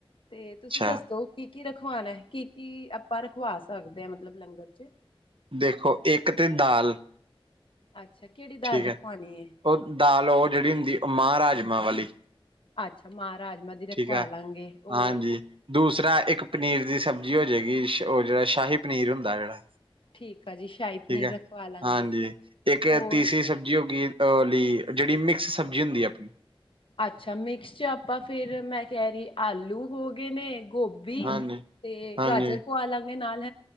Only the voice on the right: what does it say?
ਅੱਛਾ
ਦੇਖੋ, ਇੱਕ ਤੇ ਦਾਲ
ਠੀਕ
ਹੈ,
ਉਹ ਦਾਲ ਉਹ ਜਿਹੜੀ ਹੁੰਦੀ, ਉਹ ਮਹ ਰਾਜਮਾਂ ਵਾਲੀ।
ਠੀਕ ਆ,
ਹਾਂਜੀ, ਦੂਸਰਾ ਇੱਕ ਪਨੀਰ ਦੀ ਸਬਜ਼ੀ। ਠੀਕ ਹੋ ਜਾਏਗੀ, ਉਹ ਜਿਹੜਾ ਸ਼ਾਹੀ ਪਨੀਰ, ਹੁੰਦਾ ਜਿਹੜਾ।
ਠੀਕ ਹੈ
ਹਾਂਜੀ ਇੱਕ
ਤੀਸਰੀ, ਸਬਜ਼ੀ ਹੋ ਗਈ, ਜਿਹੜੀ ਮਿਕਸ ਸਬਜ਼ੀ ਹੁੰਦੀ ਹੈ, ਆਪਣੀ
ਹਾਂਜੀ
ਹਾਂਜੀ